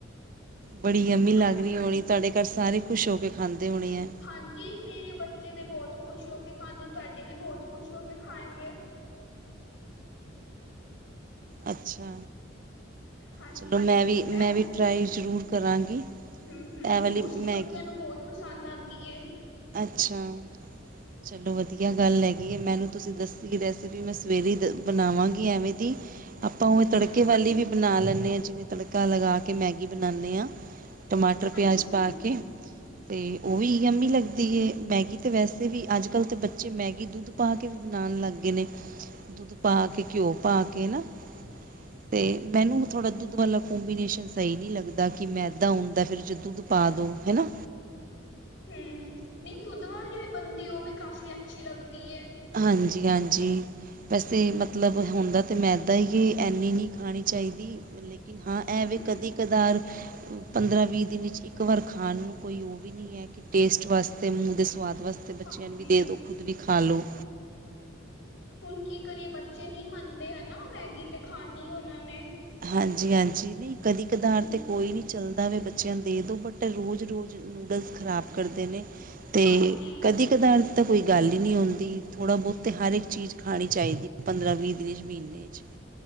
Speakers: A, on the right; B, on the left.
A: ਬੜੀ ਯਮੀ ਲੱਗ
B: ਹਾਂਜੀ
A: ਰਹੀ ਹੋਣੀ, ਤੁਹਾਡੇ ਘਰ ਸਾਰੇ ਖੁਸ਼ ਹੋ ਕੇ ਖਾਂਦੇ ਹੋਣੇ ਹੈ।
B: ਹਾਂਜੀ ਮੇਰੇ ਬੱਚੇ ਦੇ ਬਹੁਤ ਖੁਸ਼ ਹੋ ਕੇ ਖਾਂਦੇ ਨੇ, ਤੁਹਾਡੇ ਵੀ ਬਹੁਤ ਖੁਸ਼ ਹੋ ਕੇ ਖਾਣਗੇ।
A: ਅੱਛਾ,
B: ਹਾਂਜੀ
A: ਚਲੋ ਮੈਂ
B: ਇਹ
A: ਵੀ ਮੈਂ ਵੀ ਟਰਾਈ ਜ਼ਰੂਰ ਕਰਾਂਗੀ।
B: ਹੂੰ-ਹੂੰ,
A: ਐ ਵਾਲੀ
B: ਮੋਸਟਲੀ
A: ਮੈਗੀ
B: ਬੱਚਿਆਂ ਨੂੰ ਬਹੁਤ ਪਸੰਦ ਆਉਂਦੀ ਐ।
A: ਅੱਛਾ ਚਲੋ, ਚਲੋ ਵਧੀਆ ਗੱਲ ਹੈਗੀ ਹੈ, ਮੈਨੂੰ ਤੁਸੀਂ ਦੱਸੀ ਰੈਸਿਪੀ ਮੈਂ ਸਵੇਰੇ ਐਦਾ ਬਣਾਵਾਂਗੀ ਐਵੇਂ ਦੀ, ਆਪਾਂ ਉਵੇ ਤੜਕੇ
B: ਹਾਂਜੀ,
A: ਵਾਲੀ ਵੀ ਬਣਾ ਲੈਂਦੇ, ਹਾਂ ਜਿਵੇਂ ਤੜਕਾ ਲਗਾ ਕੇ ਮੈਗੀ ਬਣਾਨੇ ਹਾਂ। ਟਮਾਟਰ
B: ਹਾਂਜੀ-ਹਾਂਜੀ
A: ਪਿਆਜ ਪਾ ਕੇ, ਤੇ ਉਹ ਵੀ ਜਾਮੀ ਦੀ ਮੈਗੀ ਤੇ ਵੈਸੇ, ਵੀ ਅੱਜ-ਕੱਲ੍ਹ ਤਾਂ ਬੱਚੇ ਮੈਗੀ ਦੁੱਧ ਪਾ ਕੇ ਵੀ ਬਣਾਉਣ ਲੱਗ ਗਏ ਨੇ, ਦੁੱਧ ਪਾ ਕੇ, ਘਿਓ ਪਾ ਕੇ ਨਾ, ਤੇ ਮੈਨੂੰ ਥੋੜਾ ਦੁੱਧ ਵਾਲ਼ਾ ਕੋਂਬੀਨੇਸ਼ਨ ਸਹੀ ਨੀ ਲੱਗਦਾ, ਕਿ ਮੈਦਾ ਹੁੰਦਾ ਫਿਰ ਜੇ ਦੁੱਧ ਪਾ ਦੋ ਹਨਾ।
B: ਹੂੰ, ਨਹੀਂ ਦੁੱਧ ਵਾਲੀ ਵੀ ਬਣਦੀ, ਉਹ ਵੀ ਕਾਫੀ ਅੱਛੀ ਲੱਗਦੀ ਏ,
A: ਹਾਂਜੀ, ਹਾਂਜੀ, ਵੈਸੇ ਮਤਲਬ ਹੁੰਦਾ ਤੇ ਮੈਦਾ ਹੀ, ਕਿ ਇਨੀ ਨਹੀਂ ਖਾਣੀ ਚਾਹੀਦੀ ਲੇਕਿਨ ਹਾਂ।
B: ਹੂੰ
A: ਐਵੇ ਕਦੀ ਕਦਾਰ, ਪੰਦਰਾਂ ਵੀਹ ਦਿਨ 'ਚ ਇੱਕ ਵਾਰ ਖਾਣ ਨੂੰ ਕੋਈ, ਉਹ ਵੀ ਨਹੀਂ ਹੈ, ਕਿ ਟੇਸਟ ਵਾਸਤੇ ਮੂੰਹ ਦੇ ਸਵਾਦ ਵਾਸਤੇ। ਅਤੇ ਬੱਚਿਆਂ
B: ਹਾਂਜੀ।
A: ਨੂੰ ਵੀ ਦੇ ਦਿਉ, ਖੁਦ ਵੀ ਖਾ ਲਉ।
B: ਹੁਣ ਕੀ ਕਰੀਏ ਬੱਚੇ ਨਹੀਂ ਮੰਨਦੇ ਹੈ, ਨਾ ਮੈਗੀ ਤੇ ਖਾਣੀ ਉਹਨਾਂ ਨੇ
A: ਹਾਂਜੀ, ਹਾਂਜੀ ਨਹੀਂ ਕਦੀ ਕਦਾਰ
B: ਹੂੰ।
A: ਤੇ ਕੋਈ ਨੀ ਚੱਲਦਾ ਵੇਂ ਬੱਚਿਆਂ ਦੇ ਦੋ ਬਟ ਰੋਜ਼-ਰੋਜ਼ ਨੂਡਲਸ ਖ਼ਰਾਬ ਕਰਦੇ ਨੇ ਤੇ
B: ਹਾਂਜੀ,
A: ਕਦੀ। ਠਕੇਦਾਰ ਦੀ ਤਾਂ ਕੋਈ ਗੱਲ ਹੀ ਨੀ ਹੁੰਦੀ, ਥੋੜਾ ਬਹੁਤ ਹਰ ਇੱਕ ਚੀਜ਼ ਖਾਣੀ ਚਾਹੀਦੀ, ਪੰਦਰਾਂ ਵੀਹ ਦਿਨ ਵਿੱਚ ਮਹੀਨਾ। <inaudible>